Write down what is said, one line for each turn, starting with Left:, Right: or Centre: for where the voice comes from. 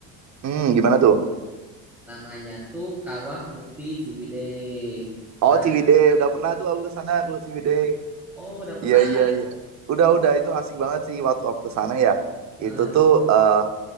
Right: Hmm, gimana tuh?
Centre: Namanya tuh Kawah Putih Ciwidey. Pernah?
Right: Oh Ciwidey, udah pernah tuh aku ke sana aku ke Ciwidey.
Centre: Oh, udah pernah.
Right: Iya iya iya. Udah udah itu asik banget sih waktu aku ke sana ya. Itu
Centre: Nah,
Right: tuh eh